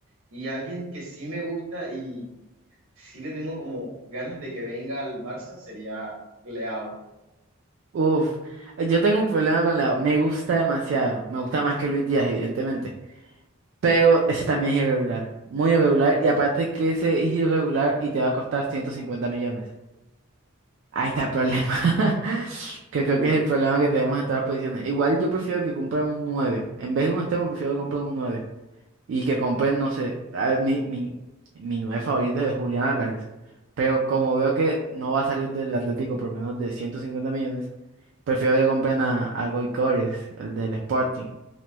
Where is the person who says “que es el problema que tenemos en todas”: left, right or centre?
Right